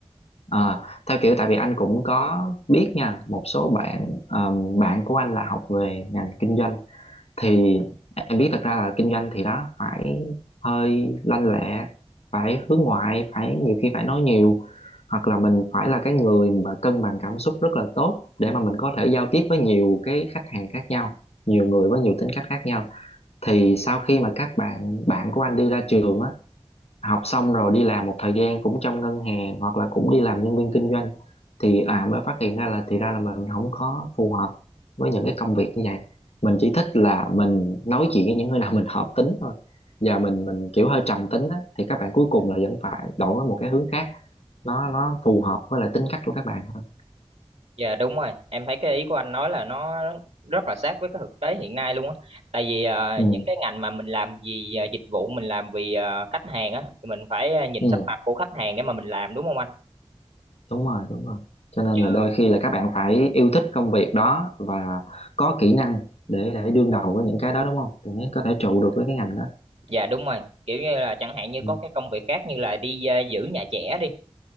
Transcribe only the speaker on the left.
Ờ, theo kiểu tại vì anh cũng có biết nha một số bạn ờm, bạn của anh là học về ngành kinh doanh thì em biết thật ra là kinh doanh thì đó phải hơi lanh lẹ phải hướng ngoại phải nhiều khi phải nói nhiều hoặc là mình phải là cái người mà cân bằng cảm xúc rất là tốt để mà mình có thể giao tiếp với nhiều cái khách hàng khác nhau nhiều người với nhiều tính cách khác nhau thì sau khi mà các bạn bạn của anh đi ra trường á học xong rồi đi làm một thời gian cũng trong ngân hàng hoặc là cũng đi làm nhân viên kinh doanh thì à mới phát hiện ra là thì ra là mình không có phù hợp với những cái công việc như vậy mình chỉ thích là mình nói chuyện với những người nào mình hợp tính thôi và mình mình kiểu hơi trầm tính đó thì các bạn cuối cùng là vẫn phải đổi qua một cái hướng khác nó nó phù hợp với lại tính cách của các bạn hơn
ừ
ừ
đúng rồi đúng rồi cho nên
là đôi khi là các bạn phải yêu thích công việc đó và có kỹ năng để để đương đầu với những cái đó đúng không thì mới có thể trụ được với cái ngành đó
ừ